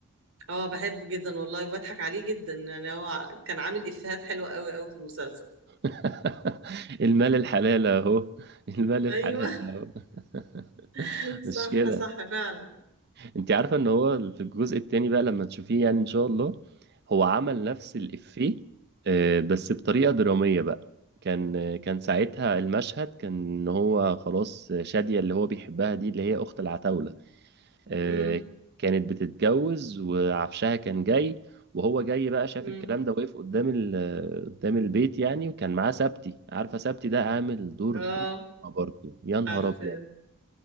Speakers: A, on the right (about 65°); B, on the right (about 50°).
A: اه بحبه جدا والله وبضحك عليه جدا يعني هو كان عامل افيهات حلوه قوي قوي في المسلسل
B: <laughs> المال الحلال اهو <laughs> المال
A: ايوه
B: الحلال اهو <laughs>
A: <laughs>
B: مشكلة
A: صح صح فعلا
B: انت عارفه ان هو في الجزء التاني بقى لما تشوفيه يعني ان شاء الله هو عمل نفس الافيه آه، بس بطريقه دراميه بقى كان آه، كان ساعتها المشهد كان ان هو خلاص آه، شاديه اللي هو بيحبها دي اللي هي اخت العتاوله آه،
A: امم
B: كانت بتتجوز وعفشها كان جاي وهو جاي بقى شاف
A: امم
B: الكلام ده واقف قدام ال- آه، قدام البيت يعني وكان معاه سبتي عارفه سبتي ده عامل دور
A: اه
B: تحفه برضه يا نهار
A: عارفاه
B: ابيض